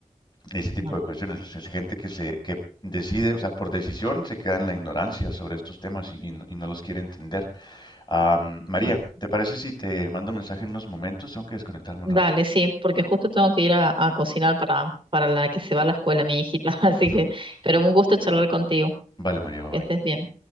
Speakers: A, on the left; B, on the right.
A: Ese tipo
B: Bueno.
A: de cuestiones. O sea, es gente que se, que decide, o sea, por decisión se queda en la ignorancia sobre estos temas y, y no y no los quiere entender. Am, María,
B: mm,
A: ¿te parece si te mando mensaje en unos momentos? Tengo que desconectarme
B: Dale,
A: un rato.
B: sí, porque justo tengo que ir a, a cocinar para, para la que se va a la escuela, mi hijita. <laughs> Así
A: <laughs>
B: que, pero un gusto charlar contigo.
A: Vale, María, bye
B: Que
A: bye.
B: estés bien.